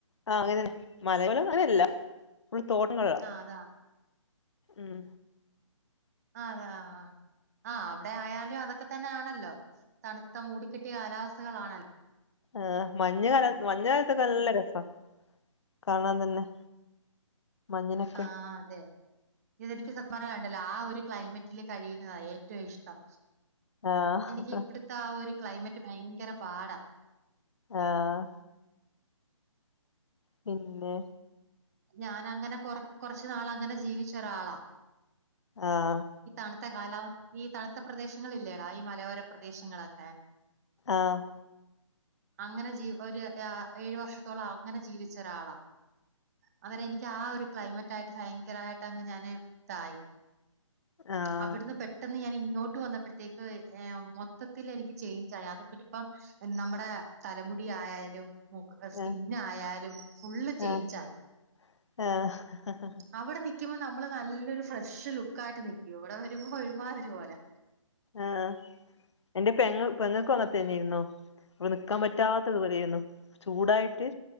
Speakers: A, on the left (about 60°); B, on the right (about 30°).
A: ആ അങ്ങനെന്നെ മലയൊര അങ്ങനെയല്ല. ഫുള്ള് തോട്ടങ്ങളാ
B: ആഹ് അതാ
A: ഉം.
B: ആഹ് അത ആഹ് ആഹ് ആ അവടെ ആയാലും അതൊക്കെ തന്നെ ആണല്ലോ തണുത്ത മൂടിക്കെട്ടി ടിയ കാലാവസ്ഥകളാആണല്ലേ.
A: ഏഹ് മഞ്ഞ് കാല മഞ്ഞുകാലത്തൊക്കെ നല്ല രസാ കാണാൻ തന്നെ. മഞ്ഞിനൊക്കെ
B: ആഹ് അതെ. ഇതെനിക്ക് സത്യ പറഞണ്ടല്ലോ ആ ഒരു ക്ലൈമറ്റില് കഴിയുന്നതാ ഏറ്റവും ഇഷ്ടം.
A: ആഹ്
B: എനിക്ക് ഇവിടത്തെ ആ ഒരു ക്ലൈമറ്റ് ഭയങ്കര പാടാ.
A: ആഹ്. പിന്നെ.
B: ഞാനങ്ങനെ കൊറ കൊറച്ച് നാള് അങ്ങനെ ജീവിച്ച ഒരാളാ.
A: ആഹ്
B: ഈ തണുത്ത കാലാവസ്ഥ ഈ തണുത്ത പ്രദേശങ്ങള ഇല്ലേടാ ഈ മലയോര പ്രദേശങ്ങളൊക്കെ?
A: ആഹ്
B: അങ്ങനെ ജീ ഒരുരാ ഏഴു വർഷത്തോളം അങ്ങനെ ജീവിച്ച ഒരാളാ. അങ്ങനെ എനിക്ക് ആഹ് ഒരു ക്ലൈമറ്റയിട്ട് ഭയങ്കരായിട്ട് അങ്ങ് ഞാന് തായി.
A: ആഹ്
B: അവിടുന്ന് പെ പെട്ടെന്ന് ഞാൻ ഇങ്ങോട്ട് വന്നപ്പോഴത്തേക്ക് ഏഹ് മൊത്തത്തിൽ എനിക്ക് ചേയ്ഞ്ചായി അത്പ്പപ്പം നമ്മുടെ തലമുടിയാലും. <unintelligible> സ്കിൻ
A: ആഹ്
B: ആയാലും ഫുള്ള് ചേഞ്ച്
A: ആഹ്
B: ആയി.
A: ആഹ്
B: അവിടെ നിക്കുമ്പോ നമ്മള് നല്ലൊരു ഫ്രഷ് ലുക്കായിട്ട് നിക്കും ഇവിടെ വരുമ്പോ ഒരുമാതിരി പോലെ.
A: ആഹ് എന്റെ പെങ്ങ പെങ്ങൾക്കും അങ്ങൻതന്നെയിരുന്നു. വ നിക്കാൻ പറ്റാത്ത ഇതുപോലെയായിരുന്നു ചൂടായിട്ട്.